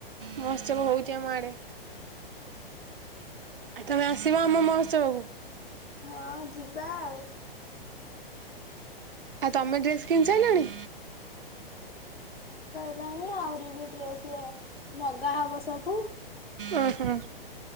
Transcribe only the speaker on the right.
ମହୋତ୍ସବ ହଉଛି ଆମ ଆଡେ। ତମେ ଆସିବ ଆମ ମହ ଚାଉ <unintelligible>
ଆଉ ତମେ ଡ୍ରେସ କିଣି ସାରିଲଣି।
ଓ ହୁଁ